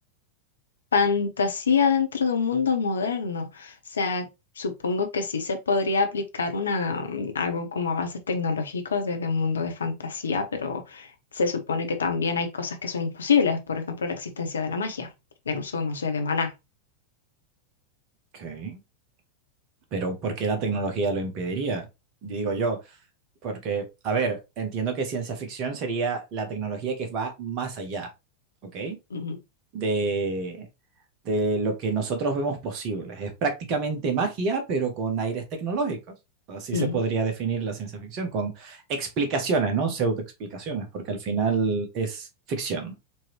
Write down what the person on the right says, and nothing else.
Ok. Pero ¿por qué la tecnología lo impediría? Digo yo, porque, a ver, entiendo que ciencia ficción sería la tecnología que va más allá, ¿ok?
De, de lo que nosotros vemos posible. Es prácticamente magia, pero con aires tecnológicos. Así
se podría definir la ciencia ficción, con explicaciones, ¿no? Pseudoexplicaciones, porque al final es ficción.